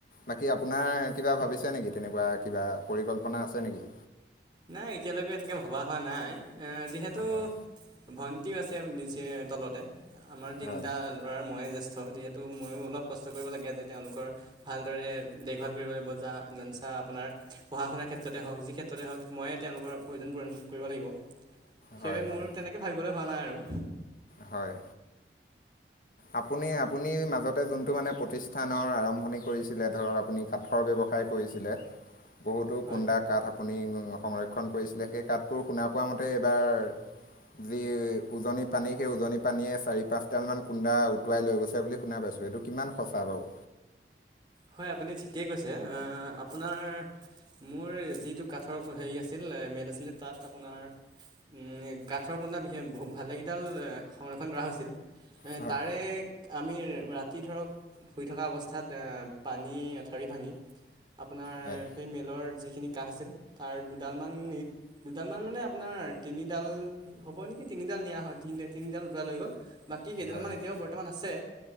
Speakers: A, on the left; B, on the right.
A: বাকী আপোনাৰ কিবা ভাবিছে নেকি তেনেকুৱা কিবা পৰিকল্পনা আছে নেকি
B: নাই এতিয়ালৈকে এনেকে ভবা হোৱা নাই যিহেতু
A: হয়
B: ভন <unintelligible> আছে নিচে তলতে আমাৰ তিনিটা
A: হয়
B: ল'ৰাৰ মইয়ে জ্যেষ্ঠ যিহেতু ত' ময়ো অলপ কষ্ট কৰিব লাগে যে তেওঁলোকৰ ভালদৰে দেখ ভাল কৰিব লাগিব যা <unintelligible> আপোনাৰ পঢ়া শুনাৰ ক্ষেত্ৰতে হওক যি ক্ষেত্ৰতে হওক মইয়ে তেওঁলোকৰ প্ৰয়োজন পূৰণ কৰিব লাগিব সেইবাবে
A: হয় হয়
B: মোৰ তেনেকৈ ভাবিবলৈ হোৱা নাই আৰু
A: হয় আপুনি, আপুনি মাজতে যোনটো মানে প্ৰতিষ্ঠানৰ আৰম্ভণি কৰিছিলে ধৰক আপুনি <unintelligible> কাঠৰ ব্যৱসায় কৰিছিলে বহুতো
B: হয়
A: কুন্দা কাঠ আপুনি সংৰক্ষণ কৰিছিলে সেই কাঠবোৰ শুনা পোৱা মতে এইবাৰ যি উজনি পানী সেই উজনি পানীয়ে চাৰি পাঁচ ডাল মান কুন্দা উটুৱাই লৈ গৈছে বুলি শুনা পাইছোঁ এইটো কিমান সঁচা বাৰু
B: হয় আপুনি ঠিকেই কৈছে আপোনাৰ মোৰ যিটো কাঠৰ হেৰি আছিল মেল আছিলে তাত আপোনাৰ উ কাঠৰ কুন্দা বিশষ <unintelligible> ভালে কেইডাল সংৰক্ষণ কৰা হৈছিল
A: হয়
B: তাৰে আমি ৰাতি ধৰক শুই থকা অৱস্থাত পানী অঠাৰি ভাঙি আপোনাৰ
A: হয়
B: সেই মেলৰ যিখিনি। শকাহ আছিল তাৰ দুডালমান দুডালমান মানে আপোনাৰ তিনিডাল হ'ব নেকি তিনিডাল নিয়া হয় তিনিডাল উটুৱাই লৈ গ'ল। বাকী কেইডালমান
A: হয়
B: এতিয়াও বৰ্তমান আছে,